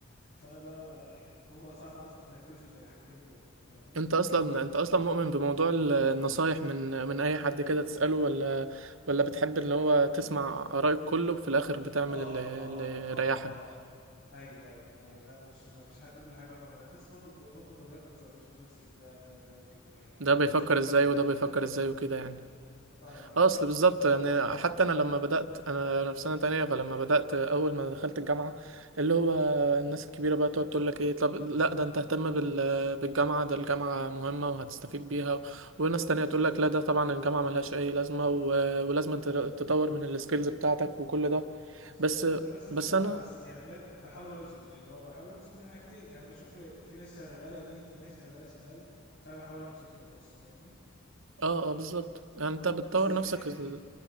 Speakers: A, on the left; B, on the right.
A: فأنا بقى يعني بيبقى صعب أصلا إنك توزن بين الحاجتين دول فاهمني؟
B: انت اصلا انت اصلا مؤمن بموضوع ال- النصايح من من اي حد كده تسأله ولا ولا بتحب اللي هو تسمع آراء الكل وفي الاخر بتعمل
A: اه
B: اللي
A: اه
B: اللي
A: اه
B: يريحك
A: اه ايوه ايوه ايوه لا مش ما فيش حد يقول لي حاجه يا محمد انا بس باخد باخد وجهات نظر بشوف بس ال- ده ده ده كلمه يعني كلام
B: ده بيفكر
A: مرسم لا
B: ازاي
A: ما يعني
B: وده بيفكر ازاي وكده يعني
A: اه يعني
B: اصل
A: بشوف
B: بالظبط
A: مثلا ده
B: يعني
A: بي-
B: حتى انا لما بدات انا انا في سنه تانية فلما بدات اول ما دخلت الجامعه اللي هو الناس الكبيره بقى تقعد تقول لك ايه طب لا ده انت اهتم بال <hesitation> بالجامعه ده الجامعه مهمه وهتستفيد بيها وناس تانية تقول
A: اي
B: لك لا ده طبعا الجامعه ملهاش اي لازمه و... ولازم أنت تطور من السكيلز بتاعتك
A: بالظبط
B: وكل ده
A: بالظبط
B: بس
A: انا بس
B: بس
A: بسمع
B: انا
A: بس يعني ب- بحاول اوزن اللي هو بحاول اوزن بين الحاجتين يعني بشوف في ناس شغاله يمين في ناس شغاله شمال فانا بحاول امسك النص فاهمني
B: اه اه بالظبط يعني انت بتطور
A: بس من
B: نفسك
A: ناحيه
B: ال...